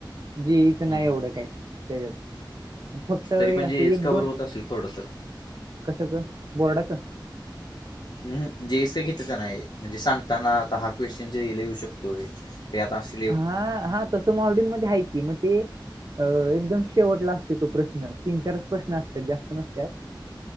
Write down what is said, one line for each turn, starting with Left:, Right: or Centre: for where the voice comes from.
Right: जीएचं
Left: हम्म,
Right: नाई एवढं
Left: हम्म.
Right: काय त्याच्यात आणि फक्त असं
Left: तरी पण... जीए
Right: एक
Left: चं कव्हर
Right: दोन
Left: होत असल... थोडं तर
Right: कशाचं बोर्डाचं
Left: ऊहू.. जीएचं घेतलं का नाई... म्हणजे सांगताना... आता हा क्वेश जेई ला येऊ शकतोय... ह्यात असं
Right: हा... हा... तसं मॉडेलमध्ये हाय की... मग ते अ... एकदम शेवटला असतो तो प्रश्न... तीन चारच प्रश्न असत्यात... जास्त नसत्यात